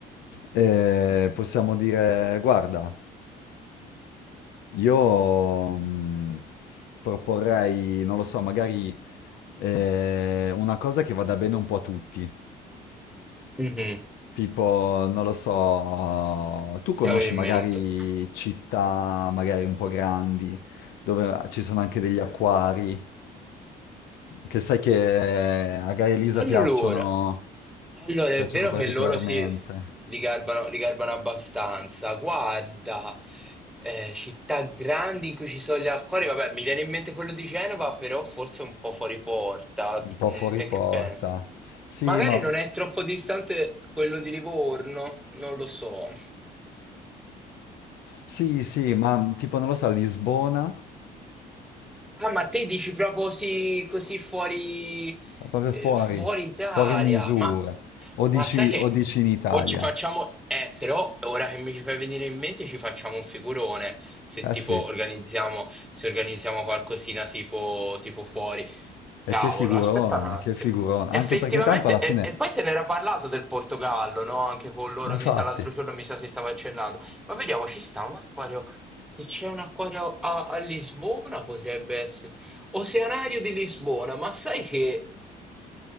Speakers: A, on the left; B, in the centre.
A: E possiamo dire, guarda, Io mh, proporrei, non lo so, magari eh, una cosa che vada bene un po' a tutti.
B: mhm,
A: Tipo, non lo so, tu conosci
B: che avevo in
A: magari
B: mente.
A: città magari un po' grandi, dove ci sono anche degli acquari, che sai che eh, a Gaia Elisa
B: Allora.
A: piacciono,
B: Allora,
A: piacciono
B: è vero
A: particolarmente,
B: che loro sì, li garbano, li garbano abbastanza. Guarda, eh, città grandi in cui ci sono gli acquari, vabbè, mi viene in mente quello di Genova, però forse un po' fuori porta.
A: un po'
B: Mm,
A: fuori
B: te
A: porta.
B: che pensi?
A: Sì,
B: Magari
A: ma
B: non è troppo distante quello di Livorno, non lo so.
A: sì, sì, ma tipo, non lo so, Lisbona.
B: Ah, ma te dici proprio sì, così fuori,
A: Ma Proprio
B: eh,
A: fuori,
B: fuori Italia?
A: fuori misura.
B: Ma,
A: O dici,
B: ma sai che
A: o dici in Italia.
B: o ci facciamo... Eh, però ora che mi ci fai venire in mente ci facciamo un figurone se
A: Eh
B: tipo
A: sì,
B: organizziamo, se organizziamo qualcosina tipo, tipo fuori.
A: e
B: Cavolo,
A: che figurone,
B: aspetta un attimo.
A: che figurone.
B: Effettivamente,
A: Anche perché tanto alla
B: e,
A: fine,
B: e poi se n'era parlato del Portogallo, no? Anche con loro,
A: infatti,
B: ogni tra l'altro giorno mi sa si stava accennando. Ma vediamo, ci sta un acquario. Se c'è un acquario a, a Lisbona, potrebbe essere. Oceanario di Lisbona, ma sai che